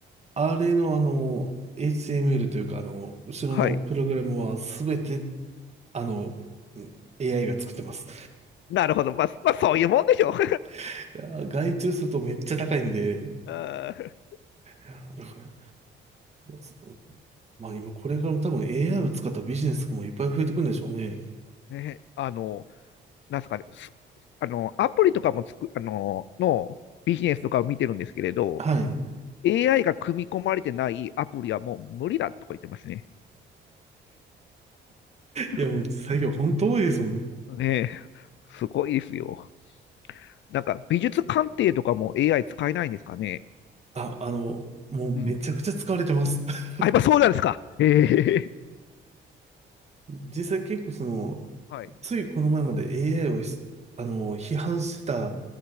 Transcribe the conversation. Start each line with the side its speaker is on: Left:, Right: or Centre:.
Right: あれのあの、HTML というかあの、後ろのプログラムはすべて、
Left: はい。
Right: あの、うん AI が作ってます。
Left: なるほど。まあ、まあ、そういうもんでしょう。<laughs>
Right: いやー、外注するとめっちゃ高いんで、い
Left: あー
Right: やーだから、そうまあ今これからも多分 AI を使ったビジネスもいっぱい増えてくるんでしょうね。
Left: ね、あの、なんすかね、すあの、アプリとかもつく、あの、のビジネスとかを見てるんですけれど、
Right: はい。
Left: AI が組み込まれてないアプリはもう無理だとか言ってますね。<laughs>
Right: いやもう最近本当多いですもんね。
Left: ねえ、すごいですよ。なんか、美術鑑定とかも AI 使えないんですかね。
Right: あ、あの、もうめちゃくちゃ使われてます。
Left: うん。あ、
Right: <laughs>
Left: やっぱそうなんですか。ええ
Right: 実際結構その、
Left: はい。
Right: ついこの前まで AI をしあの、批判してた